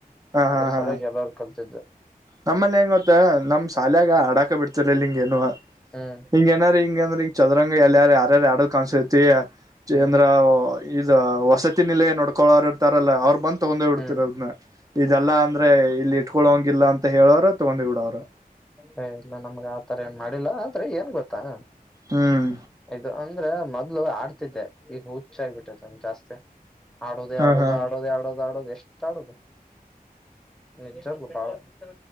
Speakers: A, on the right (about 20°); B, in the centre.
A: ಹಾ
B: ಅದ್ರ
A: ಹಾ ಹಾ
B: ಸಯಾಗಿ ಎಲ್ಲರು ಕಲ್ತ <inaudible>
A: ನಮ್ಮಲ್ಲಿ ಹೆಂಗ ಗೊತ್ತ ನಮ್ ಶಾಲ್ಯಾಗ ಆಡಾಕ ಬಿಡ್ತ ಲಿನ್ನುವಾ
B: ಹ್ಮ್
A: ಹಿಂಗ್ ಏನಾರು ಇಂಗ ಅಂದ್ರೆ ತಿ ಚದರಂಗ ಎಲ್ಲ ಯಾರ ಯಾರ ಆಡೋ ಕಾಣಸುತ್ತ <unintelligible> ಚಂದ್ರ
B: ಹ್ಮ್
A: ಇ ವಸತಿ ನಿಲಯ ನೋಡಕೋಳವರ ಅವ್ರು ಬಂದ ತಗೊಂಡ ಹೋಗ್ಬಿಡ್ತಿದ್ರು
B: ಹ್ಮ್
A: ಅದನ್ನ ಇದೆಲ್ಲ ಅಂದ್ರೆ ಇಲ್ಲಿ ಇಟ್ಕೊಳ್ಳ ಹಂಗಿಲ್ಲ ಅಂತ ಅ ಹೇಳೋರ ತಗೊಂಡ್ ಬಿಡೋರು
B: ಹ ಇಲ್ಲ ನಮ್ಗ್ ಆತರ ಏನ್ ಮಾಡಿಲ್ಲ ಆದ್ರೆ ಏನ್ ಗೊತ್ತ ಹತ್ತಾ
A: ಹ್ಮ್
B: ಆಯದು ಅಂದ್ರೆ ಮೋ ಆಡ್ತಿದ್ದೆ ಈಗ ಹುಚ್ಚ ಆಗ್ಬಿಟ್ಟೈತೆ ಜಾಸ್ತಿ ಆಡೋದು
A: ಹಾ
B: ಆಡೋದು
A: ಹಾ
B: ಆಡೋದು ಆಡೋದು ಆಡೋದು ಎಷ್ಟು ಆಡದು ನಿಜವಾಗಿನು ಹಾ <unintelligible> <inaudible> <inaudible>